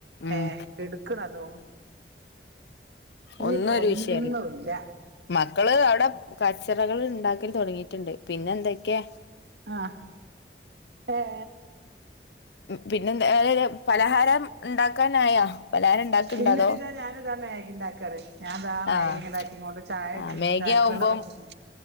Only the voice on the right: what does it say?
ഏ എടുക്കണതും ഇനിയിപ്പോ
ഒന്നുല്ല
ആഹ ഏ
ഇല്ലടി
ഇതാ ഞാൻ ഇതാ മാഗ്ഗി ഉണ്ടാക്കാണ് ഞാനൻതാ മേഗി
ഉണ്ടാക്കി കൊണ്ട് ചായ വെക്കും
ചായക്ക്
വെള്ളം വച്ച് ക്ക്ണു